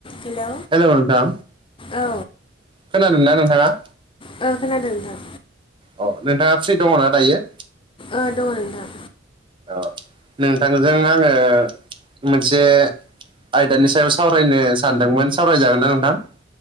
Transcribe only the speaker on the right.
hello नोंथां
खोनादों ना नोंथाङा?
अ नोंथाङा फ्रि दङना दायो।
औ नोंथांजों आङो मोनसे आयदानि सायाव सावरायनो सानदोंमोन सावरायजागोनना नोंथां?